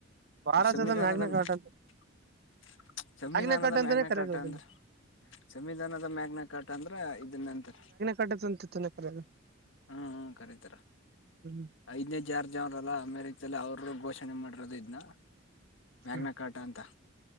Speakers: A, on the right; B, on the left.
A: ಭಾರತದ
B: ಸಂವಿಧಾನದ
A: ಮ್ಯಾಗ್ನ
B: <unintelligible>
A: ಕಟ್ಟ ಅಂತ
B: ಸಂವಿಧಾನದ
A: ಮ್ಯಾಗ್ನೆಕಾಟ್ ಅಂತಾನೇ
B: ಮ್ಯಾಗ್ನ
A: ಕರೆಯೋದು
B: ಕಾಟಾ
A: ಅದನ್ನ
B: ಅಂದ್ರಾ? ಸಂವಿಧಾನದ ಮ್ಯಾಗ್ನ ಕಾಟ ಅಂದ್ರ ಇದನ್ನ ಅಂತಾರ.
A: ಕಾಟ ಅಂತಾನೇ <unintelligible> ಕರೆಯದು.
B: ಹ್ಮ ಹ್ಮ್ ಕರೀತರಾ.
A: ಹ್ಮ್
B: ಐದನೆದ್ ಜಾರ್ಜ್ ಅವ್ರಲ್ಲಾ ಅಮೆರಿಕ್ದಲ್ಲಿ, ಅವ್ರು ಘೋಷಣೆ ಮಾಡಿರೋದು ಇದ್ನ. ಮ್ಯಾಗ್ನ
A: ಹ್ಮ್
B: ಕಾಟ ಅಂತಾ.